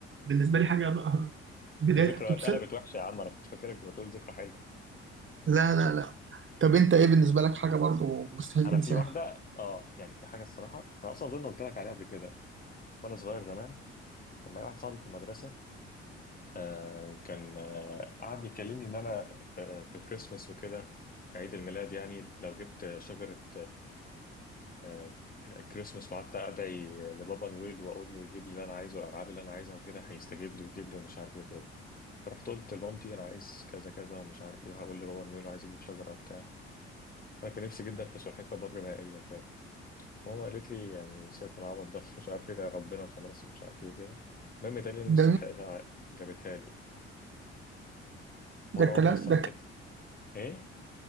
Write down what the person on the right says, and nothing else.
بالنسبه لي حاجه بقى <laughs> بدايه
بتبسط
لا لا لا طب انت ايه بالنسبه لك حاجه برضو مستحيل
تنساها
ده
ده
الكلام
ده